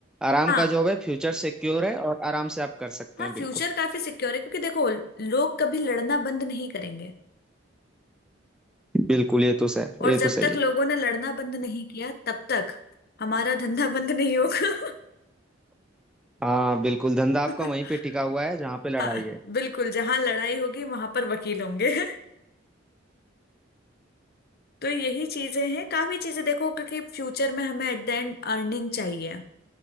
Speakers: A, in the centre; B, on the left (about 55°).
A: आराम
B: हाँ
A: का जॉब है फ्यूचर सिक्योर है और आराम से आप कर सकते
B: हाँ
A: हैं बिल्कुल
B: फ्यूचर काफी सिक्योर है क्योंकि देखो लोग कभी लड़ना बंद नहीं करेंगे
A: बिल्कुल ये तो सही
B: और
A: ये तो
B: जब
A: सही
B: तक
A: है
B: लोगों ने लड़ना बंद नहीं किया तब तक हमारा धंधा बंद नहीं होगा
A: हाँ बिल्कुल धंधा
B: <laughs>
A: आपका वहीं पे टिका हुआ है जहाँ पे लड़ाई
B: हाँ
A: है
B: बिल्कुल जहां लड़ाई होगी वहां पर वकील होंगे <laughs> तो यही चीजें हैं काफी चीजें देखो क्योंकि फ्यूचर में हमें एट द एंड अर्निंग चाहिए